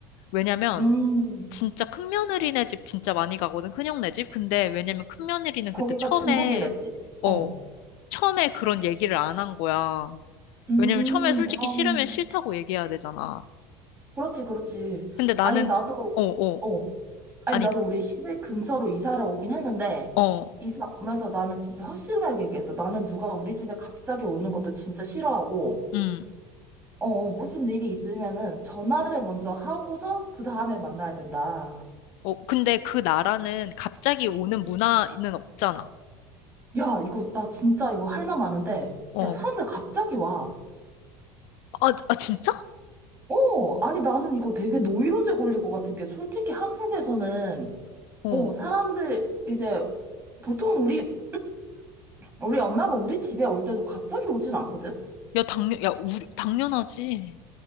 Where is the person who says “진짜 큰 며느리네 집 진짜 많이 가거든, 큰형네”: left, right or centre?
Left